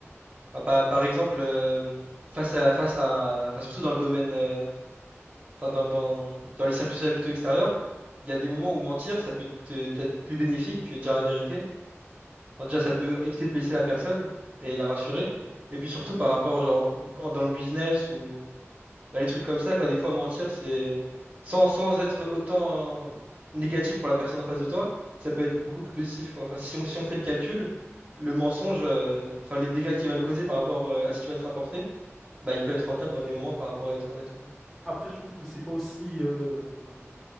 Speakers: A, on the right; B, in the centre.
A: Enfin, par, par exemple, euh, face à face à, enfin surtout dans le domaine euh, enfin dans, dans, dans les cercles sociaux plutôt extérieurs, il y a des moments où mentir, ça peut te- t'être plus bénéfique que dire la vérité. Enfin, déjà, ça peut éviter de blesser la personne et la rassurer. Et puis surtout
B: Ouais.
A: par rapport, genre, en- dans le business ou dans les trucs comme ça, quoi, des fois, mentir, c'est sans, sans être autant euh, négatif pour la personne en face de toi, ça peut être beaucoup plus positif, quoi. Enfin, si on, si on fait le calcul, le mensonge, euh, enfin, les dégâts qu'il va le causer par rapport euh, à ce qui va être rapporté bah, il peut être rentable dans des moments par rapport à être honnête, quoi.
B: Après, je trouve que c'est pas aussi euh,